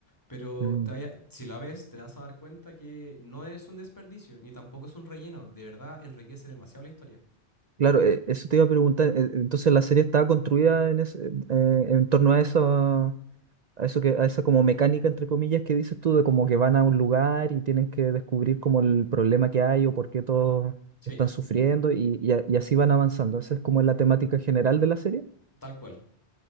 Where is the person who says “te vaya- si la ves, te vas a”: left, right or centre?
Left